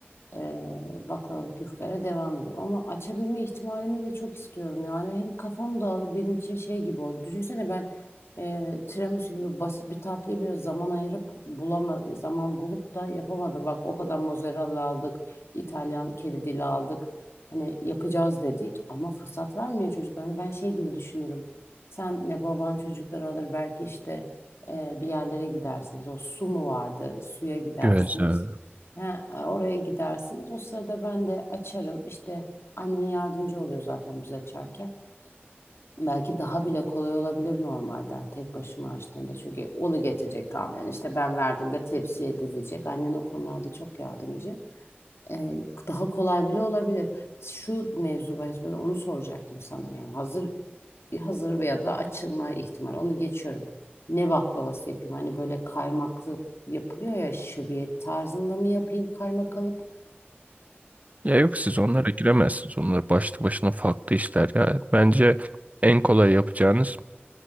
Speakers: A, on the left (about 85°); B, on the right (about 35°).
A: e, baklavalık yufkayla devam ederim. Ama açabilme ihtimalimi de çok istiyorum. Yani hem kafam dağılır benim için şey gibi olur. Düşünsene ben e, tiramisu gibi basit bir tatlıyı biraz zaman ayırıp bulama, zaman bulup da yapamadım. Bak o kadar mozzarella aldık, İtalyan kedi dili aldık. Hani yapacağız dedik ama fırsat vermiyor çocuklar. Hani ben şey gibi düşünürüm. Senle baban çocukları alır belki işte e, bir yerlere gidersiniz. O su mu vardı? Suya gidersiniz.
B: Güzel.
A: He, e, oraya gidersiniz. O sırada ben de açarım. İşte annen yardımcı oluyor zaten biz açarken. Belki daha bile kolay olabilir normalden tek başıma açtığımda. Çünkü onu getirecek tahminen. İşte ben verdiğimde tepsiye dizecek. Annen o konularda çok yardımcı. Ee, daha kolay bile olabilir. Şu mevzu bahis böyle onu soracaktım sana. Yani hazır hazır veya da açılma ihtimali. Onu geçiyorum. Ne baklavası yapayım? Hani böyle kaymaklı yapılıyor ya şöbiyet tarzında mı yapayım kaymak alıp?
B: Ya yok siz onlara giremezsiniz. Onlar başlı başına farklı işler ya. Bence en kolay yapacağınız